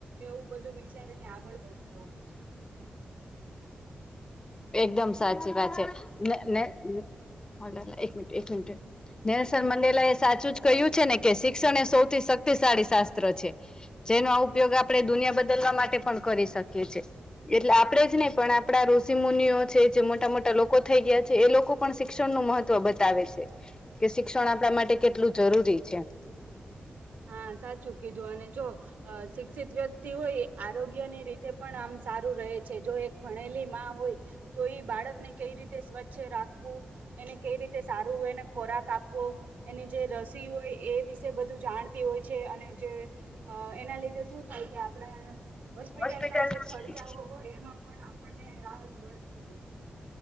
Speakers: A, on the right (about 85°); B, on the left (about 30°).
A: એવું બધું વિચારીને આગળ વધતો હોય છે.
B: એકદમ સાચી વાત છે. ન ન અ હેલો એક મિનટ, એક મિનટ નેલશન મંડેલાએ સાચું જ કહ્યું છે‌ ને કે શિક્ષણ એ સૌથી શક્તિશાળી શાસ્ત્ર છે. જેનો ઉપયોગ આપણે દુનિયા બદલવા માટે પણ કરી શકીએ છે. એટલે આપડે જ નહી, પણ આપડા ઋ ષિ મુનિઓ છે, જે મોટા મોટા લોકો થઈ ગયા છે, એ લોકો પણ શિક્ષણનું મહત્ત્વ બતાવે છે. કે શિક્ષણ આપણા માટે કેટલું જરૂરી છે.
A: હા, સાચું કીધું અને જો શિક્ષિત વ્યક્તિ હોય એ આરોગ્યની રીતે પણ આમ સારું રહે છે. જો એક ભણેલી માં હોય તો એ બાળકને કઈ રીતે સ્વચ્છ રાખવું એને કઈ રીતે સારું હોય. એને ખોરાક આપવો એની જે રસી હોય એ વિશે બધું જાણવા. તે હોય છે અને જે એના લીધે શું થાય કે આપણે હોસ્પિટલ
B: હોસ્પિટલના
A: ના જે ખર્ચાઓ હોય એમાં પણ આપણને રાહત મળતી હો..